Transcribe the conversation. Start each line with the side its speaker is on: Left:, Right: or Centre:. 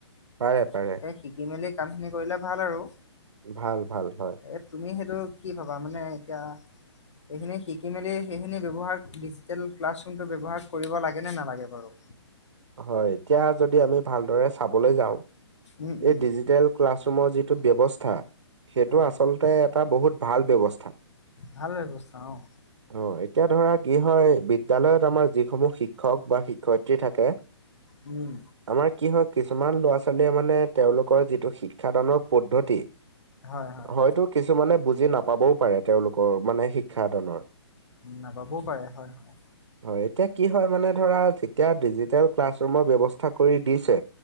Right: পাৰে পাৰে।
Left: গতিকে শিকি মেলি কামখিনি কৰিলে ভাল আৰু।
Right: ভাল, ভাল, হয়।
Left: এ তুমি সেইটো কি ভাবা? মানে এতিয়া এইখিনি শিকি মেলি, সেইখিনি ব্যৱহাৰ, ডিজিটেল ক্লাছৰুমটো ব্যৱহাৰ কৰিব লাগে নে নালাগে বাৰু?
Right: হয়, এতিয়া যদি আমি ভালদৰে চাবলে যাওঁ,
Left: উম উম
Right: এই ডিজিটেল ক্লাছৰুমৰ যিটো ব্যৱস্থা, সেইটো
Left: হয়
Right: আচলতে এটা বহুত ভাল ব্যৱস্থা।
Left: ভাল ব্যৱস্থা অ'।
Right: অ', এতিয়া ধৰা কি হয়, বিদ্যালয়ত আমাৰ যিসমূহ শিক্ষক বা শিক্ষয়িত্ৰী থাকে।
Left: উম'।
Right: আমাৰ কি হয়, কিছুমান ল'ৰা ছোৱালীয়ে মানে- তেওঁলোকৰ যিটো শিক্ষাদানৰ পদ্ধতি,
Left: হয় হয়
Right: হয়তো- কিছুমানে বুজি নাপাবও পাৰে তেওঁলোক- কৰ মানে শিক্ষাদানৰ।
Left: নাপাবও পাৰে হয় হয়।
Right: হয়, এতিয়া কি হয় মানে ধৰা, যেতিয়া ডিজিটেল ক্লাছৰৰুমৰ ব্যৱস্থ- থা কৰি দিছে।